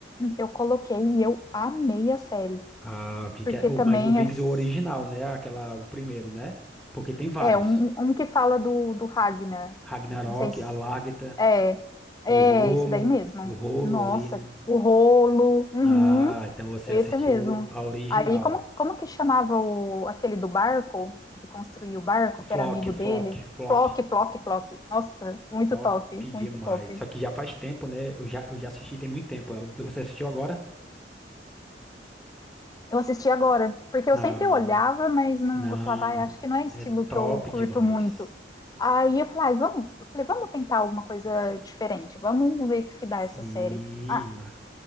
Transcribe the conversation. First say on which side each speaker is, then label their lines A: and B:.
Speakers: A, on the left (about 20°); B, in the centre.
A: eu coloquei e eu amei a série.
B: ah, Vikings,
A: Porque
B: é- o-
A: também
B: mas o Vikings
A: as
B: é o original, né? Aquela, o primeiro, né? Porque tem vários.
A: é um, um que fala do, do Ragnar.
B: Ragnarok,
A: Não sei se.
B: Alárgata,
A: É, é
B: o Rolo,
A: esse daí mesmo.
B: o Rolo
A: Nossa,
B: ali, né?
A: o rolo. Uhum,
B: Ah, então você
A: esse
B: assistiu
A: mesmo.
B: a original.
A: Aí, como, como que chamava o, aquele do barco, o que construiu o barco,
B: O Flock,
A: que era amigo
B: o
A: dele?
B: Flock, Flock,
A: Flock, Flock, Flock. Nossa, muito
B: top
A: top,
B: demais.
A: muito top.
B: Só que já faz tempo, né? Eu já, eu já assisti tem muito tempo. Ela- Você assistiu agora?
A: Eu assisti agora, porque eu
B: Ah,
A: sempre olhava, mas não,
B: não.
A: eu falava, ai, acho que não é
B: É
A: estilo que
B: top
A: eu curto
B: demais.
A: muito. Aí eu falei, ai, vamos, eu falei, vamos tentar alguma coisa diferente, vamos ver o que, que dá
B: Sim.
A: essa série. Ah,